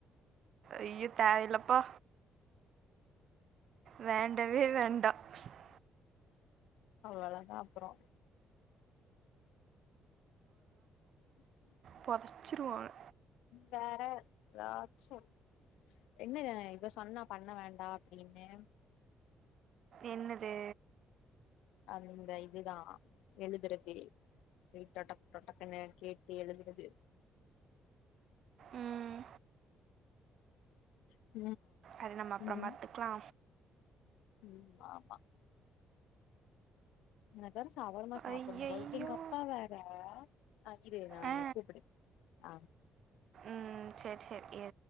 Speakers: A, on the right; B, on the left.
A: ஐயோ தேவயில்லப்பா வேண்டவே வேண்டா <unintelligible>
B: அவ்ளதா நா அப்புறோ ம்
A: பொதச்சுருவாங்க
B: வேற எதாச்சு என்ன இத சொன்னா பண்ண வேண்டா அப்டின்னு
A: என்னது
B: அந்த இதுதா எழுதறது ரைட்டா டக்கு டக்குன்னு கேட்டு எழுதறது
A: ம்,
B: <unintelligible>
A: அது நம்ம அப்புற
B: ம்
A: பாத்துக்கலா
B: ம் ஆமா நகர சவர்மா சாப்பனுபோல
A: ஐயையோ
B: எங்க அப்பா வேற ஆ இரு நானு
A: ஆ
B: கூப்படு ஆ
A: ம் செரி செ ஏ